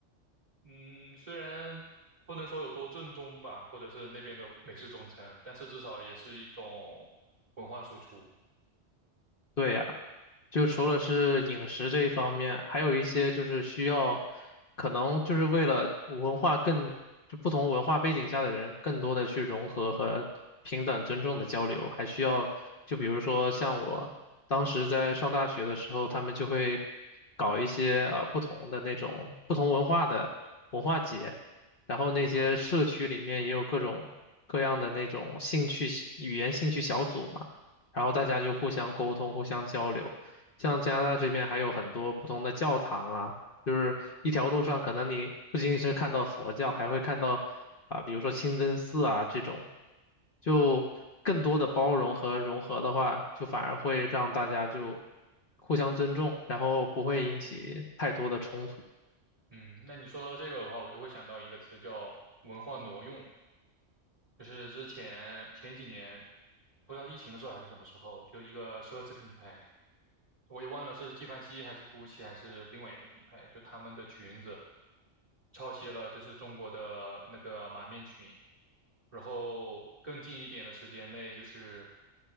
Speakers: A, on the right; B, on the left.
A: 嗯，虽然不能说有多正宗吧，或者是那边的美式中餐，但是至少也是一种文化输出。
B: 对呀。就除了是饮食这一方面，还有一些就是需要，可能就是为了文化更，就不同文化背景下的人更多的去融合和平等尊重的交流，还需要，就比如说像我当时在上大学的时候，他们就会搞一些啊、呃不同的那种不同文化的文化节，然后那些社区里面也有各种各样的那种兴趣语言兴趣小组嘛，
A: 嗯
B: 然后大家就互相沟通，互相交流。像加拿大这边还有很多不同的教堂啊，就是一条路上可能你不仅仅是看到佛教，还会看到啊，比如说清真寺啊这种，就更多的包容和融合的话，就反而会让大家就互相尊重，然后不会引起太多的冲突。
A: 嗯，那你说到这个的话，我就会想到一个词叫文化挪用，就是之前前几年，不知道是疫情的时候还是什么时候，就一个奢侈品牌，我也忘了是纪梵希还是 GUCCI 还是另外一个品牌，就他们的裙子。抄袭了就是中国的那个马面裙，然后更近一点的时间内，就是